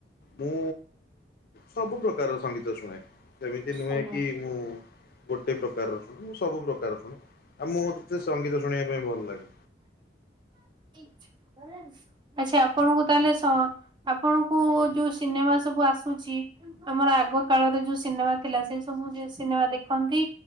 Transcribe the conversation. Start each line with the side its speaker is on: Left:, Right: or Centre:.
Left: ମୁଁ ସବୁ ପ୍ରକାର ସଙ୍ଗୀତ ଶୁଣେ। ସେମିତି ନୁହେଁ
Right: ଆଜ୍ଞା।
Left: କି ମୁଁ ଗୋଟେ ପ୍ରକାରର ଶୁଣେ ମୁଁ ସବୁ ପ୍ରକାର ର ଶୁଣେ। ଆଉ ମୁଁ ତିକେ ସଙ୍ଗୀତ ଶୁଣିବା ପାଇଁ ଭଲ ଲାଗେ।
Right: ଆଚ୍ଛା ଆପଣଙ୍କୁ ତାହେଲେ ସ ଆପଣଙ୍କୁ ଯୋଉ ସିନେମା ସବୁ ଆସୁଛି ଆମର ଆଗ କାଳରେ ଯୋଉ ସିନେମା ଥିଲା ସେ ସବୁ ଜି ସିନେମା ଦେଖନ୍ତି